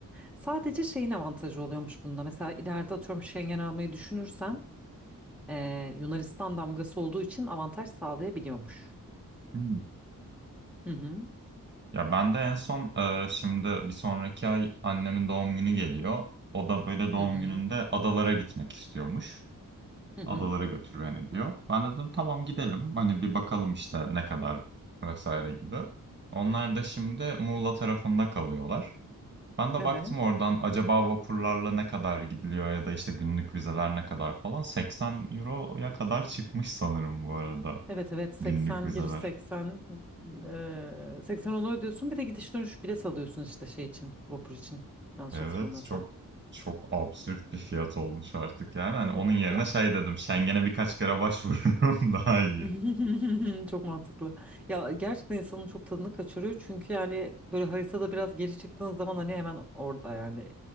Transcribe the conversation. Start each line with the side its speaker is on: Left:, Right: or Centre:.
Centre: Sadece şeyin avantajı oluyormuş bunda. Mesela ileride atıyorum Schengen almayı düşünürsen e, Yunanistan damgası olduğu için avantaj sağlayabiliyormuş.
Right: Hı.
Centre: Hı hı.
Right: Ya ben de en son e, şimdi bir sonraki ay annemin doğum günü geliyor. O da böyle doğum
Centre: Hı hı.
Right: gününde adalara gitmek istiyormuş.
Centre: Hı hı.
Right: Adalara götür beni diyor. Ben dedim tamam gidelim. Hani bir bakalım işte ne kadar vesaire gibi. Onlar da şimdi Muğla tarafında kalıyorlar. Ben de
Centre: Evet.
Right: baktım oradan acaba vapurlarla ne kadar gidiliyor ya da işte günlük vizeler ne kadar falan. 80 euroya kadar çıkmış sanırım bu arada
Centre: Evet evet 80
Right: günlük vizeler.
Centre: giriş 80 eee 80 onu ödüyorsun bir de gidiş dönüş bilet alıyorsun işte şey için vapur için yanlış
Right: Evet
Centre: hatırlamıyorsam.
Right: çok çok absürt bir fiyat olmuş artık yani. Hani
Centre: Evet
Right: onun yerine
Centre: ya
Right: şey dedim Schengen'e birkaç kere başvururum <laughs> daha iyi.
Centre: <laughs> çok mantıklı. Ya gerçekten insanın çok tadını kaçırıyor çünkü yani böyle haritada biraz geri çıktığın zaman hani hemen orada yani